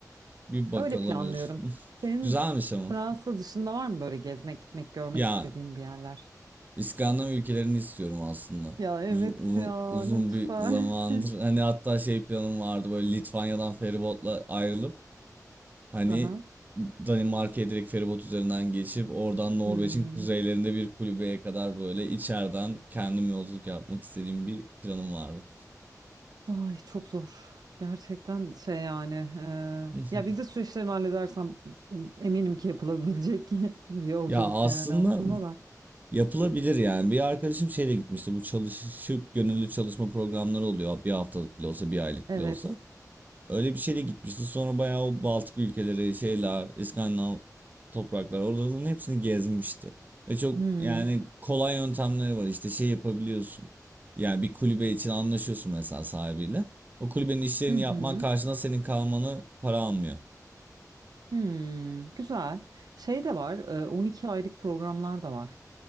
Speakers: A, on the right (about 25°); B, on the right (about 80°).
A: bir bakılabilir.
B: Öyle planlıyorum.
A: <laughs>
B: Senin
A: Güzelmiş ama.
B: Fransa dışında var mı böyle gezmek, gitmek, görmek
A: Ya
B: istediğin bir yerler?
A: İskandinav ülkelerini istiyorum aslında.
B: Ya evet
A: Uzun, uzun,
B: ya
A: uzun
B: lütfen.
A: bir zamandır. Hani hatta şey planım vardı böyle Litvanya'dan feribotla ayrılıp Hani
B: <laughs> Aha.
A: Danimarka'ya direkt feribot üzerinden geçip oradan Norveç'in
B: Hmm.
A: kuzeylerinde bir kulübeye kadar böyle içeriden kendim yolculuk yapmak istediğim bir planım vardı.
B: Ay çok zor. Gerçekten şey yani.
A: <laughs>
B: e, ya vize süreçlerini halledersem eminim ki yapılabilecek <laughs> bir yolculuk
A: Ya aslında
B: yani aslında da.
A: yapılabilir yani. Bir arkadaşım şeyle gitmişti. Bu çalışıp gönüllü çalışma programları oluyor. Bir haftalık bile olsa, bir aylık
B: Evet.
A: bile olsa. Öyle bir şeyle gitmişti. Sonra bayağı o Baltık ülkeleri, şeyler, İskandinav topraklar oraların hepsini gezmişti. Ve çok
B: Hmm.
A: yani kolay yöntemleri var. İşte şey yapabiliyorsun. Yani bir kulübe için anlaşıyorsun mesela sahibiyle. O kulübenin işlerini
B: Hı hı.
A: yapman karşılığında senin kalmanı para almıyor.
B: Hmm, güzel. Şey de var, e, 12 aylık programlar da var.